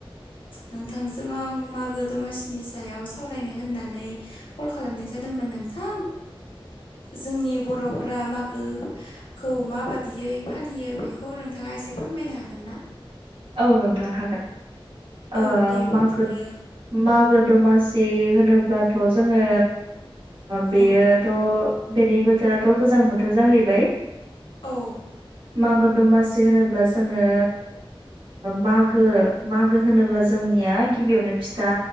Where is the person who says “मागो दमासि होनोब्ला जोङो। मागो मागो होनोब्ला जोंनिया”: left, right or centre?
Right